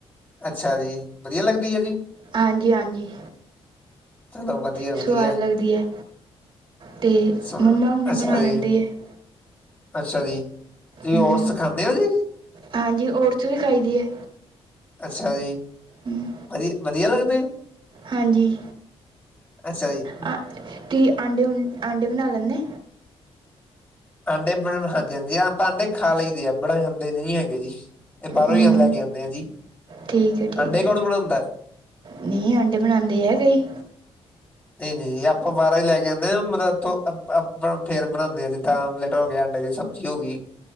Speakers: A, on the left; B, on the right.
A: ਅੱਛਾ ਜੀ, ਵਧੀਆ ਲੱਗਦੀ ਹੈ ਜੀ?
B: ਹਾਂਜੀ ਹਾਂਜੀ।
A: ਚਲੋ ਵਧੀਆਂ।
B: ਸਵਾਦ
A: ਵਧੀਆ ਵਧੀਆ
B: ਲੱਗਦੀ ਹੈ ਤੇ ਮੰਮਾ ਹੁਣੀ
A: ਅੱਛਾ
B: ਬਣਾ ਲੈਂਦੀ
A: ਜੀ।
B: ਹੈ
A: ਅੱਛਾ ਜੀ, ਤੁਸੀਂ
B: ਹਮ
A: ਔਟਸ ਖਾਂਦੇ ਔ ਜੀ?
B: ਹਾਂਜੀ, ਔਟਸ ਵੀ ਖਾਈ ਦੇ ਹੈ।
A: ਅੱਛਾ ਜੀ,
B: ਹਮ
A: ਵਧੀਆ ਵਧੀਆ ਲੱਗਦੇ।
B: ਹਾਂਜੀ,
A: ਅੱਛਾ ਜੀ ਅਮ,
B: ਆ ਤੁਸੀਂ ਆਂਡੇ ਆਂਡੇ ਬਣਾ ਲੈਂਦੇ?
A: ਆਂਡੇ ਬਣ ਹਾਂਜੀ ਹਾਂਜੀ ਆਪਾਂ ਆਂਡੇ ਖਾ ਲਈਦੇ ਆ ਬਣਾਓਣੇ ਆਦੇ ਨੀ ਹੈਗੇ ਜੀ। ਇਹ ਬਾਹਰੋਂ
B: ਹਮ
A: ਇ ਲੈ ਕੇ ਆਉਂਦੇ ਆ ਜੀ
B: ਠੀਕ ਹੈ ਠੀਕ
A: ਆਂਡੇ
B: ਹੈ
A: ਕੌਣ ਬਣਾਉਂਦਾ?
B: ਨਹੀਂ ਅੰਡੇ ਬਣਾਉਂਦੇ ਹੈ ਕਈ।
A: ਨਹੀਂ ਨਹੀਂ ਆਪਾਂ ਬਾਹਰੋ ਹੀ ਲੈ ਕੇ ਆਉਦੇ ਹਾਂ ਮਤਲਬ ਇੱਥੋਂ ਆਪਾਂ ਫੇਰ ਬਣਾਉਂਦੇ ਹਾਂ ਜਿੱਦਾਂ ਆਮਲੇਟ ਹੋ ਗਿਆ। ਜਿਓਗੀ।